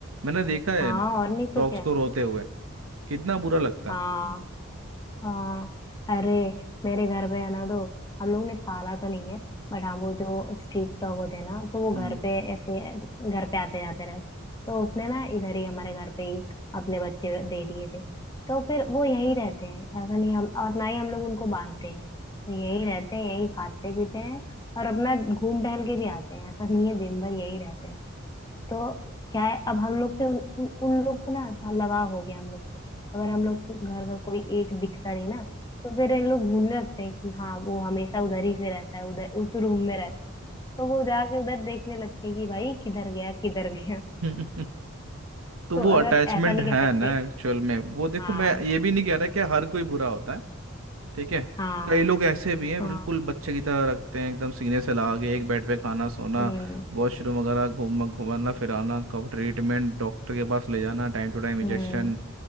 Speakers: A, on the right; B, on the left.
A: मैंने देखा है
B: हाँ और नहीं
A: डॉग्स
B: तो क्या
A: को रोते हुए कितना बुरा लगता
B: हाँ
A: है
B: हाँ अरे मेरे घर पे है ना तो हम लोग ने पाला तो नहीं है बट हाँ वो जो स्ट्रीट डॉग होते हैं ना तो वो
A: हम्म
B: घर पे ऐसे घर पे आते जाते रहते तो उसने ना इधर ही हमारे घर पे ही अपने बच्चे दे दिए थे तो फिर वो यहीं रहते हैं ऐसा नहीं हम और ना ही हम लोग उनको बांधते हैं तो यहीं रहते हैं यहीं खाते पीते हैं और अपना घूम टहल के भी आते हैं ऐसा नहीं है दिन भर यहीं रहते हैं तो क्या है अब हम लोग से उन, उन उन लोग को ना लगाव हो गया हम लोग से अगर हम लोग घर का कोई एक दिखता नहीं ना तो फिर इन लोग भूलने लगते हैं कि हाँ वो हमेशा उधर ही से रहता है उधर उस रूम में रहता है तो वो जाके उधर देखने लगते हैं कि भाई किधर गया किधर गया
A: हम्म <laughs> तो
B: तो
A: वो अटैचमेंट
B: अगर ऐसा नहीं
A: है
B: कह सकते
A: ना एक्चुअल में वो देखो
B: हाँ
A: मैं ये भी नहीं कह रहा कि हर कोई बुरा होता है ठीक है
B: हाँ
A: कई लोग ऐसे भी हैं
B: हाँ
A: बिल्कुल बच्चे की तरह रखते हैं एकदम सीने से लगा के एक बेड पे खाना सोना
B: हम्म
A: वॉशरूम वगैरह घूम घुमाना फिराना कब ट्रीटमेंट डॉक्टर के पास ले जाना time to time injection
B: हम्म